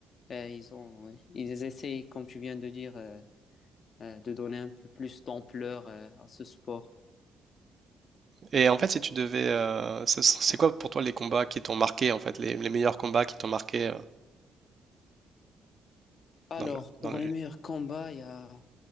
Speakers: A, on the left; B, on the right.
A: euh, ils, ont, ils essayent, comme tu viens de dire, euh, euh, de donner un peu plus d'ampleur euh, à ce sport.
B: Et en fait, si tu devais, euh, ce- c'est quoi pour toi les combats qui t'ont marqué, en fait, les, les meilleurs combats qui t'ont marqué euh,
A: Alors,
B: dans le,
A: pour
B: dans le...
A: les meilleurs combats, il y a